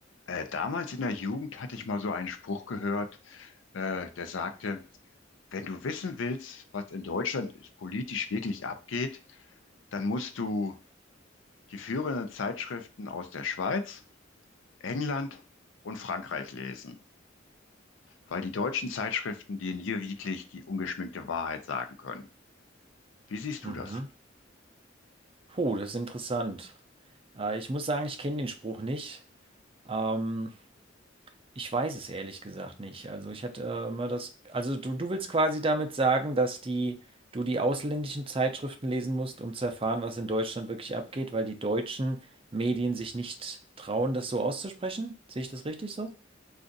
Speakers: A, on the left; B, on the right.
A: Äh, damals in der Jugend hatte ich mal so einen Spruch gehört, äh, der sagte, wenn du wissen willst, was in Deutschland politisch wirklich abgeht, dann musst du die führenden Zeitschriften aus der Schweiz, England und Frankreich lesen, weil die deutschen Zeitschriften dir nie wirklich die ungeschminkte Wahrheit sagen können. Wie siehst du
B: Mhm.
A: das?
B: Puh, das ist interessant. Äh, ich muss sagen, ich kenne den Spruch nicht. Ähm, ich weiß es ehrlich gesagt nicht. Also ich hatte äh, immer das. Also du, du willst quasi damit sagen, dass die, du die ausländischen Zeitschriften lesen musst, um zu erfahren, was in Deutschland wirklich abgeht, weil die deutschen Medien sich nicht trauen, das so auszusprechen? Sehe ich das richtig so?